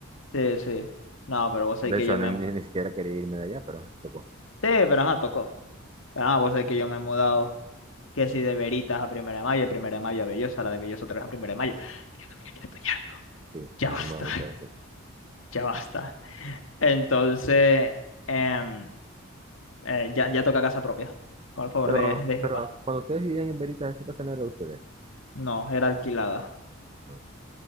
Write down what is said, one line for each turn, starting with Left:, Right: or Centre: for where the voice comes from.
Left: Sí, sí. No, pero vos sabés
Right: De
Left: que
Right: hecho,
Left: yo
Right: ni,
Left: me...
Right: ni,
Left: mu-
Right: ni siquiera quería irme de allá, pero tocó.
Left: Sí, pero ajá, tocó. Pero ajá, vos sabés que yo me he mudado, que si de Veritas a Primera de Mayo, de Primera de Mayo a Belloso, ahora de Belloso otra vez a Primera de Mayo. Dios mío, ya estoy harto.
Right: Sí,
Left: Ya
Right: las
Left: basta,
Right: amo muchas
Left: <laughs>
Right: veces.
Left: ya basta. Entonces, em, eh, ya, ya toca casa propia, con el favor
Right: Pero,
Left: de, de Jehová.
Right: pero cuando ustedes vivían en Veritas, esa casa no era de ustedes.
Left: No, era alquilado,
Right: ¿no?